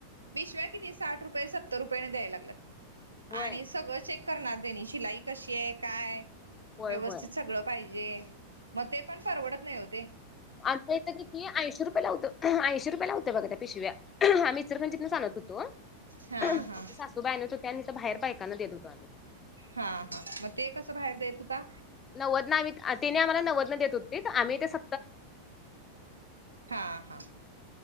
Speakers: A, on the right (about 80°); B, on the left (about 20°).
A: पिशव्या किती साठ रुपये सतर रुपये न द्याय लागल्यात
B: होय
A: आणि सगंळ चेक करणार तेनी शिलाई कशी ये काय
B: होय
A: व्यवस्थित
B: होय.
A: सगळं पाहिजे. म ते पण परवडत नाही ओ ते
B: आमच्या इथं कीती ऐंशीे रुपयला होत. ऐंशी रुपयाला होते बघा त्या पिशव्या आम्ही इचलकरंजीतंनंच आणत होतो.
A: हा
B: आमच्या
A: हा
B: सासू बाय आणत होत्या आणि बाहेर बायकांना देत होतो आम्ही
A: हा हा म ते कसं बाहेर देत होता.
B: नव्वदन आम्ही अह त्यांनी आम्हाला नव्वदन देत होती आम्ही ते स
A: हा हा